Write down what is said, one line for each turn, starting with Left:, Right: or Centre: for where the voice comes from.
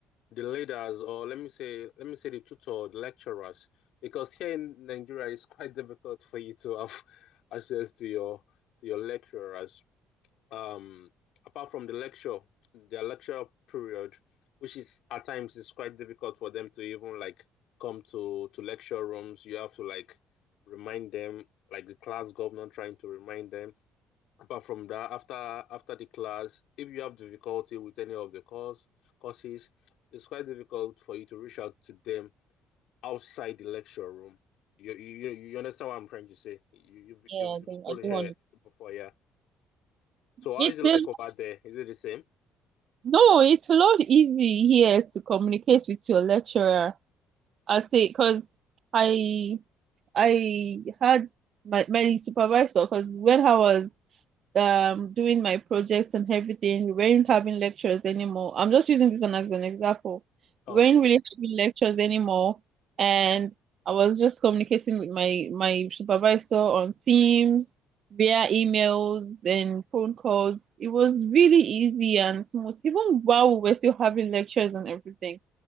Left: the leaders, or let me say, let me say the tutor, the lecturers, because here in Nigeria it's quite <laughs> difficult for you to have <laughs> access to your to your lecturers. Um, apart from the lecture, their lecture period, which is at times is quite difficult for them to even like come to to lecture rooms. You have to like remind them, like the class governor trying to remind them Apart from that, after after the class, if you have difficulty with any of the course courses, it's quite difficult for you to reach out to them outside the lecture room. You you you understand what I'm trying to say? You you've
Right: Yeah,
Left: you've,
Right: I
Left: you've
Right: don't,
Left: schooled
Right: I don't
Left: here
Right: want to.
Left: before, yeah. So how
Right: It's
Left: is it
Right: a
Left: like over there? Is it the same?
Right: No, it's a lot easy here to communicate with your lecturer. I'll say because I I had my, my supervisor because when I was um doing my projects and everything, we weren't having lectures anymore. I'm just using this one as an example.
Left: Oh,
Right: We weren't
Left: okay.
Right: really having lectures anymore, and I was just communicating with my my supervisor on Teams via emails and phone calls. It was really easy and smooth, even while we were still having lectures and everything.